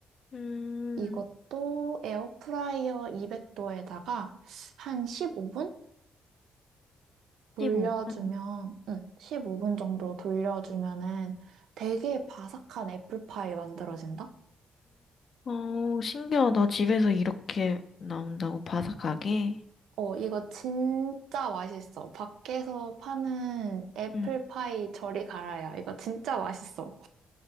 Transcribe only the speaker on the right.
이것도 에어프라이어 200도에다가 한 15분 돌려주면,
응, 15분 정도 돌려주면은 되게 바삭한 애플파이 만들어진다?
어, 이거 진짜 맛있어. 밖에서 파는 애플파이
저리 가라야. 이거 진짜 맛있어.